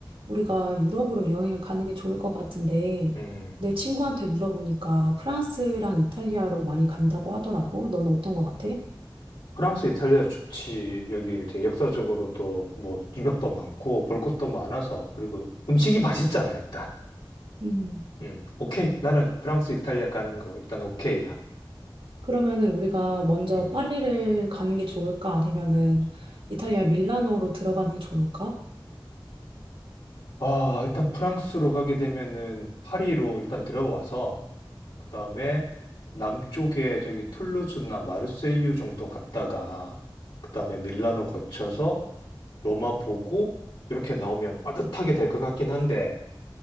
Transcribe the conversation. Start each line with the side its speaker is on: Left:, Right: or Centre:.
Right: 우리가 유럽으로 여행을 가는 게 좋을 것 같은데,
Left: 음.
Right: 내 친구한테 물어보니까 프랑스랑 이탈리아로 많이 간다고 하더라고. 넌 어떤 것 같아?
Left: 프랑스, 이탈리아 좋지. 여기 이제 역사적으로도 뭐 유적도 많고 볼 것도 많아서 그리고 음식이 맛있잖아, 일단.
Right: 음.
Left: 음, 오케이. 나는 프랑스, 이탈리아 가는 거 일단 오케이야.
Right: 그러면은 우리가 먼저
Left: 음.
Right: 파리를 가는 게 좋을까? 아니면은 이탈리아 밀라노로 들어가는 게 좋을까?
Left: 아, 일단 프랑스로 가게 되면은 파리로 일단 들어와서 그다음에 남쪽에 저기 툴루즈나 마르세유 정도 갔다가 그다음에 밀라노 거쳐서 로마 보고 이렇게 나오면 빠듯하게 될 것 같긴 한데